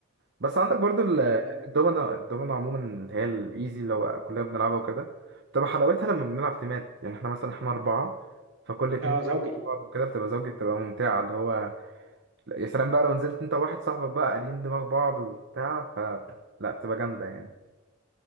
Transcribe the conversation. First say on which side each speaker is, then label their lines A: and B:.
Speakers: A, on the right; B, on the right.
A: بس عندك برضو ال-
B: آه،
A: الدومنة الدومنة عموما اللي هي الإيزي لو كلنا بنلعبها وكده بتبقى حلاوتها لما بنلعب تيمات يعني احنا مثلا احنا أربعة فكل اتنين
B: آه، زوجي
A: بعض وكده بتبقى زوجي بتبقى ممتعة اللي هو لا، يا سلام بقى لو نزلت انت وواحد صاحبك بقى قاريين دماغ بعض وبتاع ف لا بتبقى جامدة يعني